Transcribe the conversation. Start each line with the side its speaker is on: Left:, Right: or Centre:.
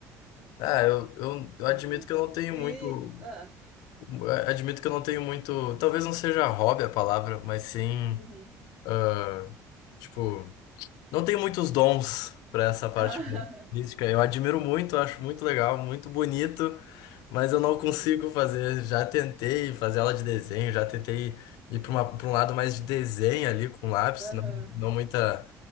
Left: Ah, eu, eu, eu
Right: Sim,
Left: admito que eu não tenho
Right: é.
Left: muito.
Right: E. Ah,
Left: eh, Admito que eu não tenho muito. Talvez não seja hobby a palavra, mas sim.
Right: uhum.
Left: ah, tipo. Não tem muitos dons para essa parte
Right: <laughs>
Left: mística.
Right: Ah,
Left: Eu admiro muito, acho muito legal, muito bonito, mas eu não consigo
Right: uhum.
Left: fazer. Já tentei fazer aula de desenho, já tentei ir para uma, para um lado mais de desenho ali com lápis,
Right: Aham,
Left: não, não muita.